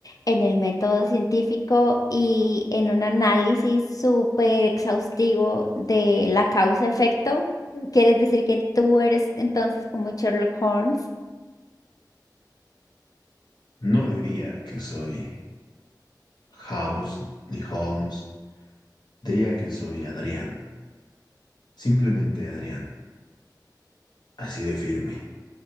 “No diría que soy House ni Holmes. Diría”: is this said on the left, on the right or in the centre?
Left